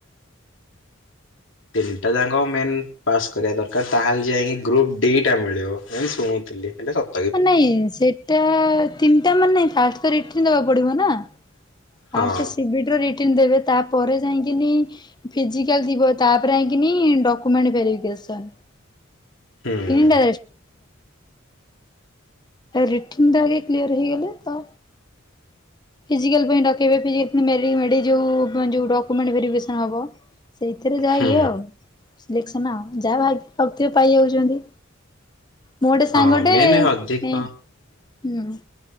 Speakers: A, on the left (about 70°); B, on the left (about 20°).
A: ତିନିଟା ଯାକ ମେନ୍ ପାସ୍ କରିବା ଦରକାର, ତାହେଲେ ଯାଇକି ଗ୍ରୁପ ଡି ଟା ମିଳିବ ଏମିତି ଶୁଣୁଥିଲି, ହେଲେ ସ
B: ହ ନାଇଁ, ସେଇଟା ତିନିଟା ମାନେ, ଫାଷ୍ଟ୍ ତ ରିଟିନ୍ ଦବାକୁ ପଡିବ ନା?
A: ହଁ
B: ଫାଷ୍ଟ ସିବି ଟି ର ରିଟିନ୍ ଦେବେ, ତା ପରେ ଯାଇକିନି ଫିଜିକାଲ୍ ଥିବ, ତାପରେ ଆଇକିନି ଡକୁମେଣ୍ଟ ଫେରେଇକି ଆସନ୍।
A: ହୁଁ ହୁଁ।
B: <unintelligible> ଆଜ୍ଞା, ରିଟିନ୍ ଟା ଆଗେ କ୍ଳିଅର ହେଇଗଲେ ତ ଫିଜିକାଲ ପାଇଁ ଡକେଇବେ, <unintelligible> ଯୋଉ ଡକୁମେଣ୍ଟ ଭେରୀଫି କେସନ୍ ହବ। ସେଇଥିରେ ଯାହା
A: ହୁଁ
B: ଇଏ ଆଉ, ସିଲେକ୍ସନ ଆଉ, ଯାହା ଭାଗ୍ୟ କରିଥିବେ ପାଇ ଯାଉଚନ୍ତି। ମୁଁ ଗୋଟେ ସାଙ୍ଗଟେ,
A: ହଁ ମେନ୍ ଅଧିକ
B: ଏଁ ହୁଁ।